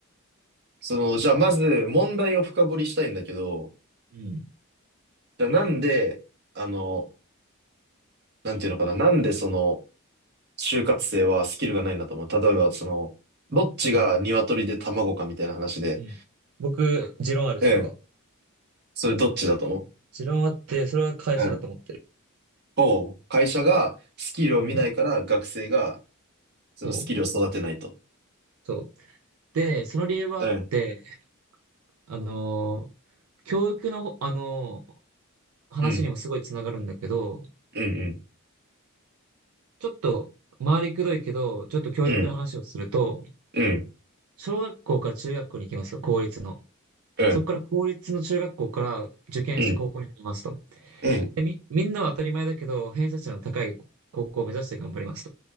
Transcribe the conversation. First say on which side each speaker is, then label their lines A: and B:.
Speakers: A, on the right; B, on the right.
A: その、
B: えっと
A: じゃあまず問題を深掘りしたいんだけど、
B: うん。
A: じゃあなんで、あの、なんていうのかな、なんでその、就活生はスキルがないんだと思う。例えば、その、どっちが鶏で卵かみたいな話で、
B: うん。うん。僕、持論ある、
A: うん、
B: それは。
A: それどっちだと思
B: 持論あって、それは会社だと思ってる。
A: ううん。を、会社がスキルを見ないから学生が
B: うん。
A: そのスキルを育てないと。
B: そう。そう。で、その理由はあって、
A: うん、
B: あのー教育のほ、あのー話にもすごいつながるんだけど、
A: うん、うん、
B: ちょっと、回りくどいけど、ちょっと教育の話をすると、
A: うん、うん、うん、
B: 小学校から中学校に行きますよ、公立の。
A: うん、
B: そこから公立の中学校から受験して高校に入りますと。
A: うん、うん。
B: で、み、みんなは当たり前だけど、偏差値の高い高校を目指して頑張りますと。